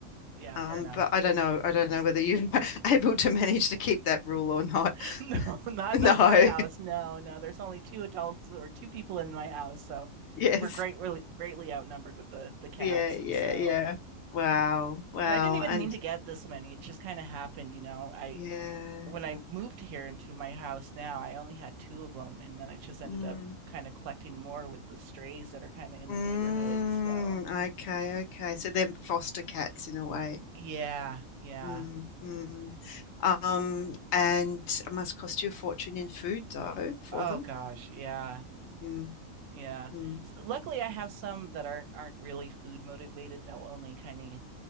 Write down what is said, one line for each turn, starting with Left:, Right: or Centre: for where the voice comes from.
Right: yeah,
Left: Um,
Right: fair enough.
Left: but I don't know. I don't know whether you're <laughs> able to manage to keep that rule or not.
Right: <laughs>
Left: <laughs>
Right: No, not
Left: No.
Right: not
Left: <laughs>
Right: in my house. No, no. There's only two adults or two people in my house, so
Left: Yes.
Right: we're great really greatly outnumbered with the the cats.
Left: Yeah, yeah,
Right: So,
Left: yeah. Wow. Wow.
Right: and I didn't even
Left: And
Right: mean to get this many. It just kind of happened, you know. I
Left: yeah.
Right: when I moved here into my house now, I only had two of them, and then I just ended
Left: Mm.
Right: up kind of collecting more with the strays that are kind of in
Left: Mm.
Right: the neighborhood. So,
Left: Okay, okay. So they're foster cats in a way.
Right: yeah, yeah.
Left: Mm. Mm. Um, and it must cost you a fortune in food, though, for
Right: Oh
Left: them.
Right: gosh, yeah.
Left: Mm,
Right: Yeah.
Left: mm,
Right: So luckily, I have some that aren't aren't really food motivated. They'll only kind of